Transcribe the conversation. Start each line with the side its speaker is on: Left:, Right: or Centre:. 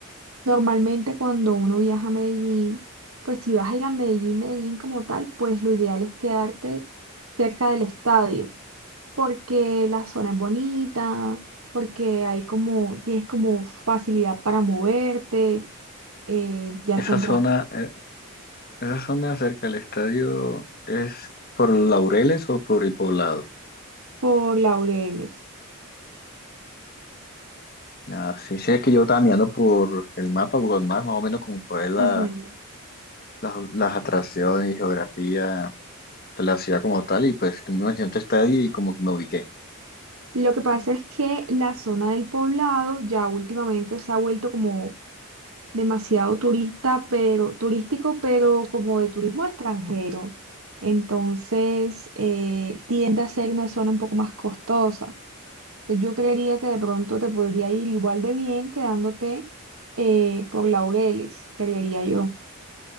Right: Normalmente cuando uno viaja a Medellín, pues si vas a ir a Medellín, Medellín como tal, pues lo ideal es quedarte cerca del estadio. porque la zona es bonita, porque hay como, tienes como facilidad para moverte, eh, ya
Left: Esa
Right: se entras
Left: zona, eh, esa zona cerca del estadio es por Laureles o por el Poblado.
Right: por Laureles.
Left: Ah, sí, sí, es que yo estaba mirando por el mapa, Google Maps, más o menos como por ahí la-
Right: Ujú.
Left: las, las atracciones y geografía de la ciudad como tal, y pues tú me mencionaste estadio y como que me ubiqué.
Right: Lo que pasa es que la zona del poblado ya últimamente se ha vuelto como demasiado turista, pero turístico, pero como de turismo extranjero. Entonces, eh, tiende a ser una zona un poco más costosa. Entonces, yo creería que de pronto te podría ir igual de bien quedándote eh, por Laureles, creería yo.